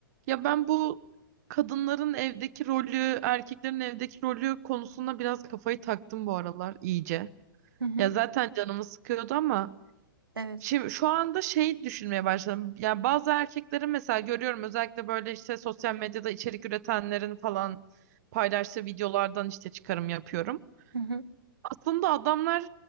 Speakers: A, on the right; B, on the right.
A: Ya ben bu kadınların evdeki rolü, erkeklerin evdeki rolü konusunda biraz kafayı taktım bu aralar iyice.
B: Hı hı.
A: Ya zaten canımı sıkıyordu ama
B: Evet.
A: şimdi şu anda şey düşünmeye başladım. Yani bazı erkekleri mesela görüyorum özellikle böyle işte sosyal medyada içerik üretenlerin falan paylaştığı videolardan işte çıkarım yapıyorum.
B: Hı hı.
A: Aslında adamlar